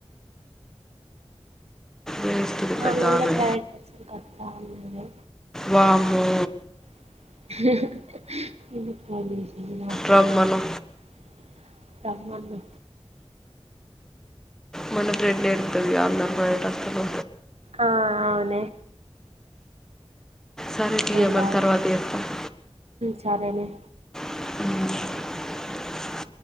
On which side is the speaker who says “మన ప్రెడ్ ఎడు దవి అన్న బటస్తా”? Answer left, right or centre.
Centre